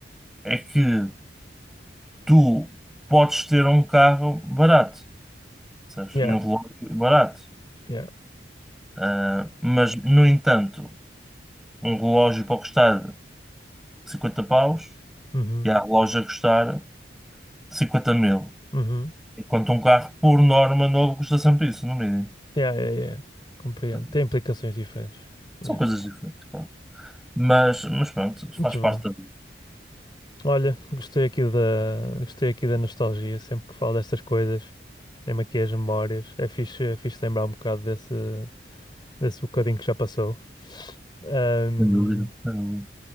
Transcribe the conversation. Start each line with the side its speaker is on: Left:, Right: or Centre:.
Centre: é que tu podes ter um carro barato, sabes?
Left: Yeah,
Centre: E um relógio barato.
Left: yeah.
Centre: Ah, mas, no entanto, um relógio pode custar 50 paus
Left: Uhum,
Centre: e há relógio a custar 50 mil.
Left: uhum.
Centre: Enquanto um carro, por norma, novo custa sempre isso, no mínimo.
Left: Yeah, yeah, yeah. Compreendo.
Centre: Então,
Left: Tem implicações diferentes.
Centre: são
Left: Yeah.
Centre: coisas diferentes, claro. Mas, mas pronto,
Left: Muito
Centre: faz parte
Left: bem.
Centre: da vida.
Left: Olha, gostei aqui da, gostei aqui da nostalgia, sempre que falo destas coisas. Lembro aqui as memórias. É fixe, é fixe lembrar um bocado desse, desse bocadinho que já passou. Ahm,
Centre: Sem dúvida, sem dúvida.